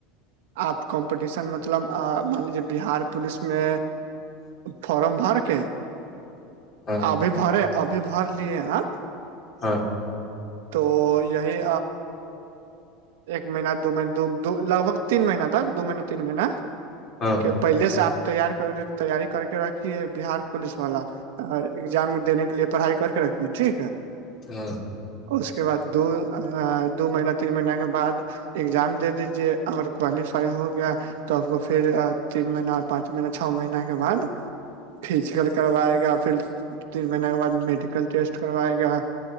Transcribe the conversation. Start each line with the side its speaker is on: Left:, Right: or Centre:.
Right: آپ کمپٹیشن مطلب مان لیجیے بہار پولیس میں فارم بھر کے
Left: ہاں
Right: ابھی بھرے ابھی بھر لیے آپ
Left: ہاں
Right: تو یہی ایک مہینہ دو مہین دو لگ بگ تین مہین تک دو مہینہ تین مہینہ
Left: ہاں
Right: کہ پہلے سے آپ تیار کر تیاری کر کے رکھیے بہار پولیس والا اگزام دینے کے لیے پڑھائی کر کے رکھیے ٹھیک ہے
Left: ہاں
Right: اس کے بعد دو دو مہین تین مہین کے بعد اگزام دے دیجے اگر کوالیفائی ہو گیا تو آپ کو پھر تین مہین پانچ مہینہ چھ مہین کے بعد فزیکل کروائے گا پھر دو تین مہین کے بعد میڈیکل ٹیسٹ کروائے گا